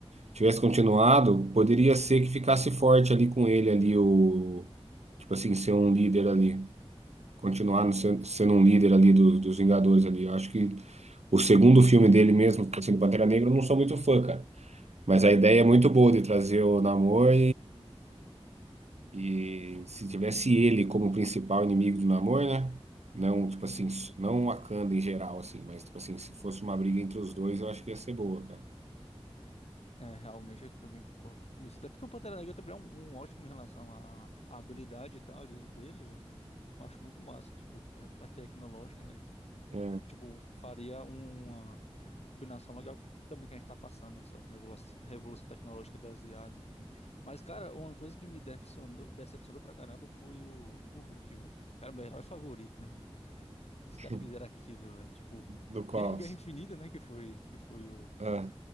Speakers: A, on the right (about 85°); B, on the left (about 75°).
A: tivesse continuado, poderia ser que ficasse forte ali com ele, ali, o. Tipo assim, ser um
B: O universo.
A: líder ali. Continuar no
B: É,
A: sen- sendo um líder ali do- dos Vingadores ali. Eu acho que o segundo filme dele mesmo, que assim, do Pantera Negra, eu não sou muito fã, cara. Mas a
B: aham.
A: ideia é muito boa de trazer o Namor E se tivesse ele como principal inimigo do Namor, né? Não, tipo
B: uhum.
A: assim, s- não o Wakanda em geral, assim, mas tipo assim, se fosse uma briga entre os dois, eu acho que ia ser boa, cara.
B: É, realmente eu também concordo com isso. Até porque o Pantera Negra também é um, um ótimo em relação à, à habilidade e tal de- dele, velho. Eu acho muito massa, tipo, é, a parte tecnológica, né?
A: É,
B: Tipo, faria um- uma, uma combinação legal também que a gente tá passando, né? Essa revolu- revolução tecnológica das IAs, enfim. Mas, cara, uma coisa que me decepcionou, decepcionou pra caramba foi o, o Hulk, velho. Cara, é meu herói favorito mesmo.
A: <laughs>
B: Os caras fizeram aquilo, velho. Tipo,
A: do Colossus.
B: desde o Guerra Infinita, né? Que foi, que foi o
A: Ah.